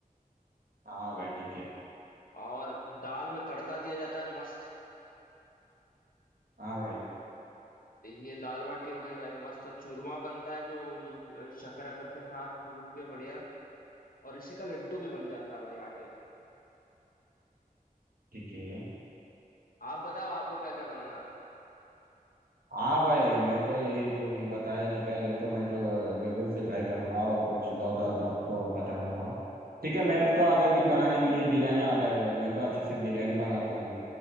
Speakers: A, on the right; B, on the left.
A: हाँ भाई ठीक है
B: और दाल में तड़का दिया जाता है मस्त
A: हाँ भाई
B: ये दाल बाटी हो गई भाई मस्त और चूरमा बनता है जो शक्कर अकर के साथ चूर के बढ़िया और इसी का लड्डू भी बन जाता है भाई आटे का
A: ठीक है
B: आप बताओ आपको क्या क्या बनाना आता
A: हाँ भाई मैं तो यही तो बताया नहीं क्या ये तो मैं तो जरूर से ट्राई करूंगा और कुछ डाउट आए तो आपको बताऊंगा ठीक है मेरे को तो आता है कि बनाने के लिए बिरयानी आता है भाई मैं तो अच्छे से बिरयानी बनाता हूँ